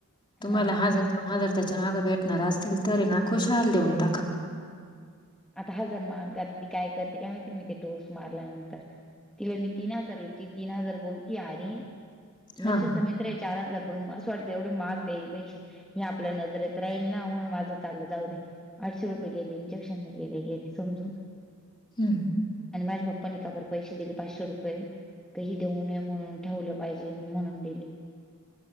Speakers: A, on the left; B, in the centre.
A: तुम्हाला
B: हा
A: हार हा जर त्याच्या मागं भेटणार असतील तर ना खुशाल देऊन टाका
B: आता हा जर मा आता ती काय करते का माहिती मी ते डोस मारल्यानंतर तिला मी तीन हजार होती तीन हजार बोलती अर
A: हा
B: दर्शनचा मित्र आहे चार हजार ण असं वाटत एवढी मग देई पेक्ष हे आपल्या नजरेत राहील ना म्हणून माझं चाललं जाऊ दे आठशे रुपये गेले इंजेक्शनला गेले गेले समजून
A: हम्म
B: आणि माझ्या पप्पानी काबर पैसे दिले पाचशे रुपये काही देऊ नये म्हणून ठेवलं पाहिजे नाही म्हणून दिले